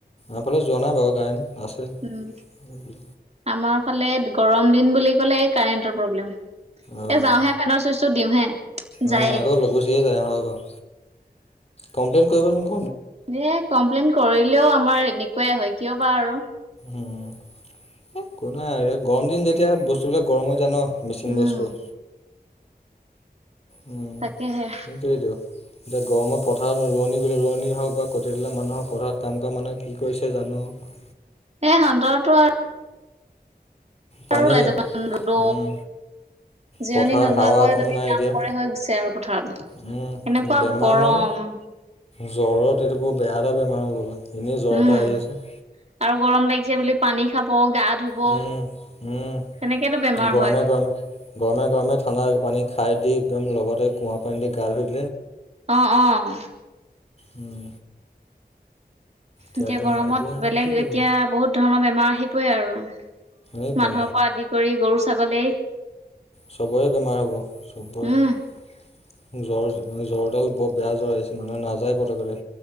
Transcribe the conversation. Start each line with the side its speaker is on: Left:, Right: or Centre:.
Left: এইফালে যোৱা নাই বাৰু কাৰেণ্ট। আছে। আমাৰফালে
Right: উম,
Left: গৰম দিন বুলি
Right: আমাৰ ফালে গৰম দিন বুলি কলে কাৰেণ্টৰ প্ৰব্লেম।
Left: অঁ
Right: এ যাওহে ফেনৰ চুইচো দিওঁহে
Left: অঁ
Right: যায়ে।
Left: আকৌ গুচিয়ে যায় হয় বাৰু কমপ্লেইন কৰিব ন।
Right: এ কমপ্লেইন কৰিলেও আমাৰ এনেকুৱাই হয় কিয় বাাৰ আৰু।
Left: উম কো নাই গৰম দিন যেতিয়া বস্তুবিলাক গৰম হৈ যায় ন। মিচিং
Right: উম
Left: বস্তু। উম
Right: তাকেহে।
Left: সেইটোৱেইটো। এতিয়া গৰমত পথাৰত ৰোৱনী বুলি ৰোৱনীয়ে হওক বা কট দালা মানুহক পথাৰত কাম কৰা মানুহে, কি কৰি জানো। হয়।
Right: এই সান্দৰো আৰু
Left: পানী
Right: ৰদত,
Left: উম
Right: জিৰণি
Left: পথাৰ
Right: নোলোৱাকৈয়
Left: হাৱা অকণো
Right: যদি
Left: নাই
Right: কাম
Left: এতিয়া।
Right: কৰে হৈ গৈছে আৰু। াৰ পথাৰত
Left: উম
Right: এনেকুৱা
Left: বেমাৰ
Right: গৰম।
Left: মানে জ্বৰত এইটো বৰ বেয়া এটা বেমাৰ হ'ব বা এনেই জ্বৰ
Right: উম
Left: এটা আহি আছে।
Right: আৰু গৰম লাগিছে বুলি পানী খাব গা ধুব,
Left: উম উম
Right: তেনেতো বেমাৰ
Left: গৰমে
Right: হয়।
Left: গৰমে গৰমে গৰমে ঠাণ্ডা পানী খাই দি একদম লগতে কুঁৱা পানী দি গা ধই
Right: অ' অ'।
Left: উম। তাকে
Right: এতিয়া গৰমত
Left: সেইটোৱে আৰু
Right: বেলেগ
Left: কি ক'ব।
Right: এতিয়া বহুত ধৰণৰ বেমাৰ আহিবই আৰু।
Left: এই বা
Right: মানুহৰ পৰা আদি কৰি গৰু ছাগলী।
Left: চবৰে বেমাৰ হ'ব, চবৰে
Right: উম
Left: জ্বৰ জ্বৰডাল বৰ বেয়া জ্বৰ আহিছে মানুহ নাযায় পতকৰে।